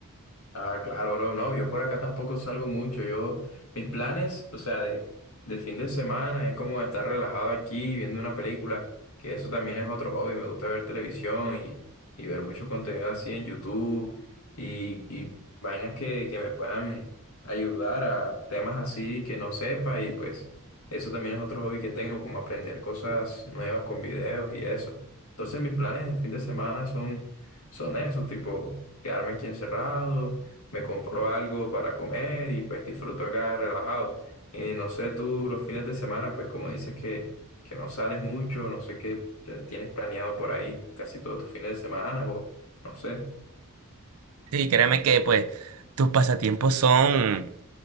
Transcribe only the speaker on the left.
Ah, claro, bro. No, yo por acá tampoco salgo mucho. Yo, mis planes, o sea, de, de fin de semana es como estar relajado aquí viendo una película, que eso también es otro hobby. Me gusta ver televisión y, y ver mucho contenido así en YouTube y, y vainas que, que me puedan ayudar a temas así que no sepa y pues eso también es otro hobby que tengo, como aprender cosas nuevas con videos y eso. Entonces mis planes de fin de semana son, son eso, tipo quedarme aquí encerrado me compro algo para comer y pues disfruto acá relajado. Y no sé, tú los fines de semana, pues como dices que, que no sales mucho, no sé qué te- tienes planeado por ahí casi todos tus fines de semana o no sé.